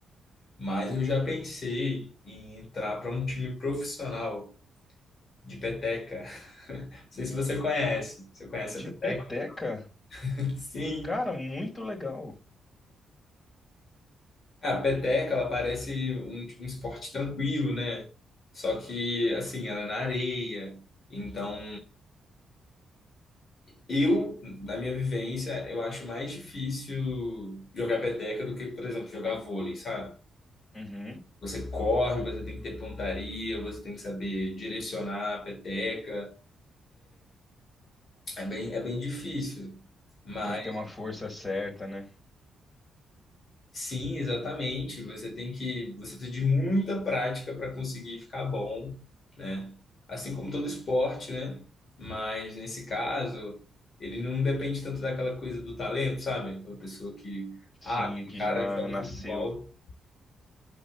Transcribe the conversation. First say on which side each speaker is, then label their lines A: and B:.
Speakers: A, on the left; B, on the left.
A: Mas eu já pensei em entrar para um time profissional de peteca. Não sei se você conhece. Você conhece
B: De
A: a peteca?
B: peteca,
A: <laughs> Sim.
B: cara, muito legal.
A: A peteca, ela parece um, tipo, um esporte tranquilo, né? Só que, assim, ela é na areia. Então, eu, na minha vivência, eu acho mais difícil jogar peteca do que, por exemplo, jogar vôlei, sabe?
B: Uhum.
A: Você corre, você tem que ter pontaria, você tem que saber direcionar a peteca. É bem, é bem difícil. Mas
B: Tem que ter uma força certa, né?
A: Sim, exatamente. Você tem que, você precisa de muita prática para conseguir ficar bom, né? Assim como todo esporte, né? Mas nesse caso, ele não depende tanto daquela coisa do talento, sabe? Aquela pessoa que,
B: Sim,
A: ah, aquele
B: que
A: cara
B: já
A: joga
B: nasceu.
A: futebol,